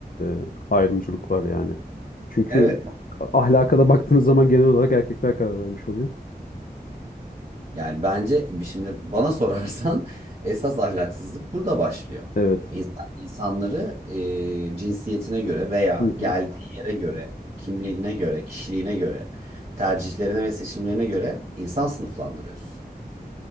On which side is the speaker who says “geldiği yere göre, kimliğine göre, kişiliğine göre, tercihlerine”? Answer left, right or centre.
Right